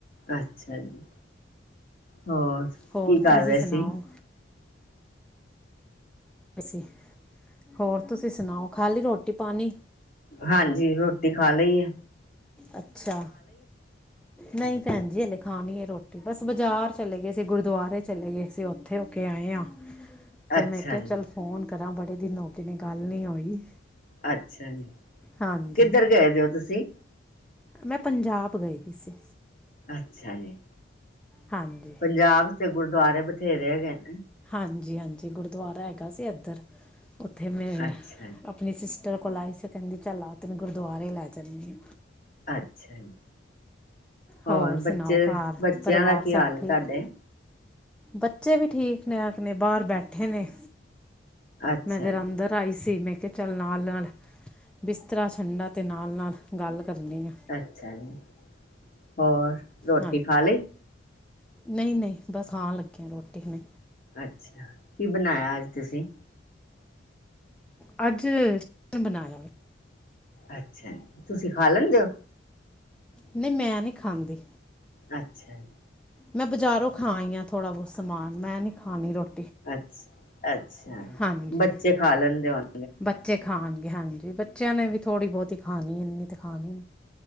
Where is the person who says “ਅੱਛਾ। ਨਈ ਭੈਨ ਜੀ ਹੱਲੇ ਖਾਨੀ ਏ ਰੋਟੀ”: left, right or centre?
Centre